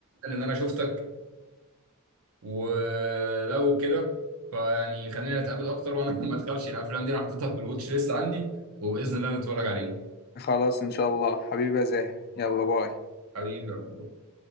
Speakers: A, on the right (about 75°); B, on the left (about 45°).
A: ان انا شفتك ولو كده فيعني خلينا نتقابل اكتر وانا <laughs> ما تخافش الافلام دي انا حاططها في الواتش ليست عندي وباذن الله نتفرج عليهم
B: خلاص إن شاء الله حبيبي يا زاهي يلا باي
A: حبيبي يا عبد الله.